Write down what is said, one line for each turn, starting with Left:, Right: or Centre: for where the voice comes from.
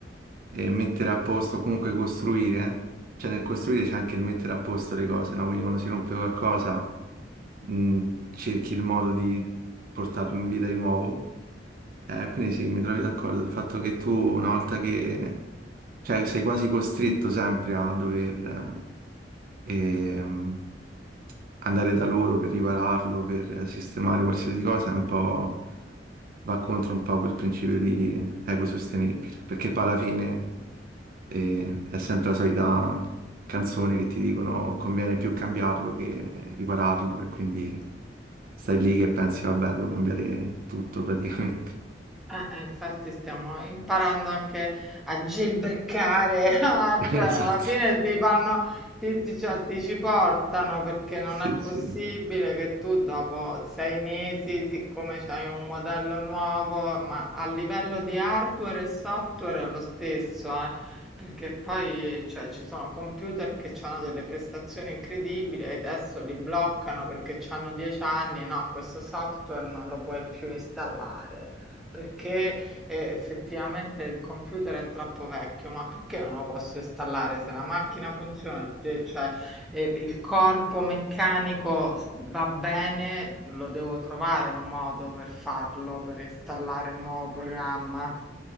Right: eh, mettere a posto, comunque costruire, cioè nel costruire c'è anche il mettere a posto le cose, no? Quindi quando si rompe qualcosa, mh, cerchi il modo di portarlo in vita di nuovo. Eh, quindi sì, mi trovi d'accordo. Il fatto che tu una volta che... cioè sei quasi costretto sempre a dover eh, ehm, andare da loro per ripararlo, per sistemare qualsiasi cosa, è un po' va contro un po' quel principio di ecosostenibile, perché poi alla fine eh, è sempre la solita canzone che ti dicono conviene più cambiarlo che ripararlo e quindi stai lì che pensi vabbè, devo cambiare tutto praticamente.
Centre: Eh, eh, infatti stiamo imparando anche a jailbreakare, <laughs> ah,
Right: <laughs>
Centre: cioè alla
Right: Esatto.
Centre: fine ti fanno, ti, ti- cioè, ti ci portano perché non
Right: Sì,
Centre: è
Right: sì,
Centre: possibile
Right: è
Centre: che tu dopo sei mesi, siccome c'hai un modello nuovo, ma a livello di hardware e software è lo stesso, eh, perché poi cioè, ci sono computer che hanno delle prestazioni incredibili e adesso li bloccano perché hanno 10 anni, no, questo software non lo puoi più installare. Perché, ehm, effettivamente il computer è troppo vecchio, ma perché non lo posso installare? Se la macchina funziona, de cioè, ehm, il corpo meccanico s va bene, lo devo trovare un modo per farlo, per installare il nuovo programma.